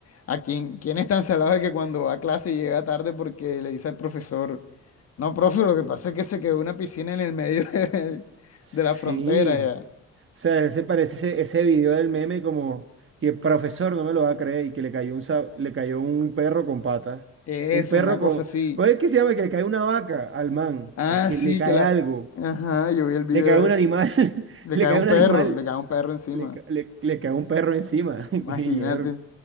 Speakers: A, on the left (about 55°); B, on the right (about 45°).
A: ¿a quién, quién es tan salado que cuando va a clase llega tarde porque le dice al profesor, no, profe, lo que pasa es que se quedó una piscina en el medio <laughs> de,
B: sí.
A: de la frontera, ya.
B: O sea, ese parece ese, ese video del meme como que el profesor no me lo va a creer y que le cayó un, sa- le cayó un perro con patas.
A: Eso,
B: Un perro
A: una
B: con...
A: cosa así.
B: ¿Cómo es que se llama? Que le cae una vaca al man.
A: Ah,
B: Es que
A: sí,
B: le cae
A: que la...
B: algo.
A: Ajá, yo vi el video
B: Le cae un
A: ese.
B: animal. <laughs>
A: Le
B: Le
A: cae
B: cae
A: un
B: un
A: perro,
B: animal.
A: le cae un perro encima.
B: Le, ca- le, le cae un perro encima. <laughs> Y
A: Imagínate.
B: es